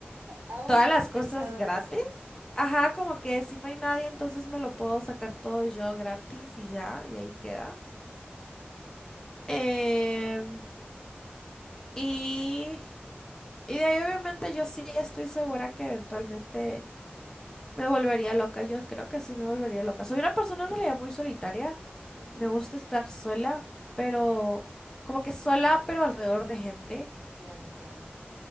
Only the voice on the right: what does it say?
Ah,
ok,
has
pensado
eso.
Ujú,
ujú.
Claro, claro.